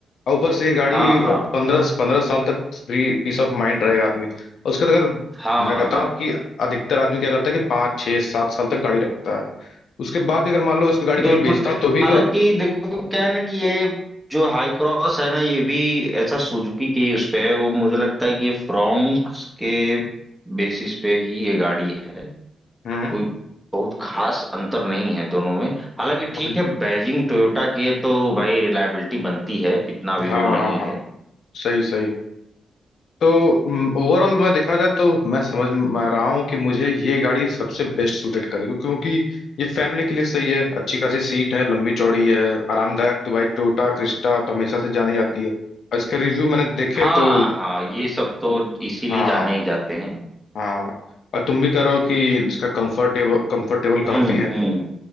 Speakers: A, on the left; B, in the centre.
A: और ऊपर से ये गाड़ी
B: हाँ हाँ
A: पंद्रह पंद्रह साल तक फ्री पीस ऑफ माइंड रहेगा आदमी और उसके बाद अगर
B: हाँ
A: मैं कहता
B: हाँ
A: हूँ कि अधिकतर आदमी क्या करता है कि पाँच छः सात साल तक गाड़ी रखता है उसके बाद भी अगर मान लो इस गाड़ी
B: बिल्कुल
A: को मैं बेचता हूँ तो भी
B: हालांकि
A: तो
B: देखो क्या है ना कि ये जो हाई क्रॉस है ना ये भी ऐसा सुजुकी के ही उस पे है वो मुझे लगता है कि ये फ्रोंक्स के बेसिस पे ही ये गाड़ी है
A: हम्म
B: कोई बहुत खास अंतर नहीं है दोनों में हालांकि
A: हम्म,
B: ठीक है बैजिंग टोयोटा की है तो भाई रिलायबिलिटी बनती है इतना भी
A: हाँ
B: वो नहीं
A: हाँ हाँ,
B: है
A: सही सही तो ओवरऑल मैं देखा जाए तो मैं समझ म- रहा हूँ कि मुझे ये गाड़ी सबसे बेस्ट सूटेड करेगी क्योंकि ये फैमिली के लिए सही है अच्छी खासी सीट है लंबी चौड़ी है आरामदायक तो भाई टोयोटा क्रिस्टा तो हमेशा से जानी जाती है और इसके रिव्यू मैंने देखे
B: हाँ
A: तो
B: हाँ ये सब तो इसीलिए
A: हाँ
B: जाने ही जाते हैं
A: हाँ और तुम भी कह रहे हो कि इसका कंफर्टेबल कंफर्टेबल
B: हम्म
A: काफी है
B: हम्म